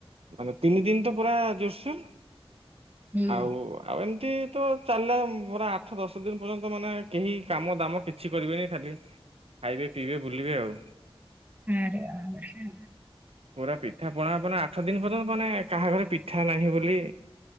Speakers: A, on the right; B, on the right.
A: ମାନେ ତିନି ଦିନ ତ ପୁରା ଜୋରସୋର
B: ହୁଁ।
A: ଆଉ ଆଉ ଏମିତି ତ ଚାଲେ ପୁରା ଆଠ ଦଶ ଦିନି ପର୍ଯ୍ୟନ୍ତ ମାନେ କେହି କାମ ଦାମ କିଛି କରିବେନି ଖାଲି ଖାଇବେ ପିଇବେ ବୁଲିବେ ଆଉ।
B: ଆରେ ବାବ୍ ରେ ହେ।
A: ପୁରା ପିଠା ପଣା ମାନେ ଆଠ ଦିନ ପର୍ଯ୍ୟନ୍ତ ମାନେ କାହାଘରେ ପିଠା ନାହିଁ ବୋଲି